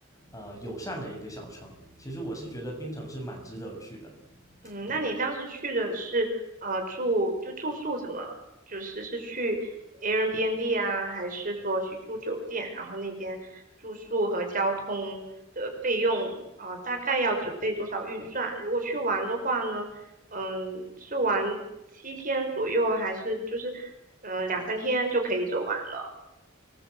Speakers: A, on the left; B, on the right.
A: 呃友善的一个小城。其实我是觉得槟城是蛮值得去的，
B: 嗯，
A: 对。
B: 那你当时去的是呃住就住宿怎么就是是去 Airbnb 啊，还是说去住酒店？然后那边住宿和交通的费用呃大概要准备多少预算？如果去玩的话呢，嗯，是玩七天左右，还是就是呃两三天就可以走完了？